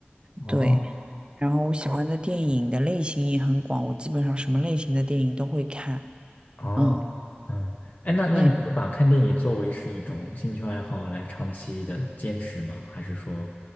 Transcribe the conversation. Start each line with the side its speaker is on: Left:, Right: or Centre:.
Left: 哦。
Right: 对，然后我喜欢的电影的类型也很广，我基本上什么类型的电影都会看。
Left: 哦，
Right: 嗯，
Left: 嗯，哎，那那你会把看电影作为是一种兴趣爱好来长期的坚持吗？
Right: 对，
Left: 还是说，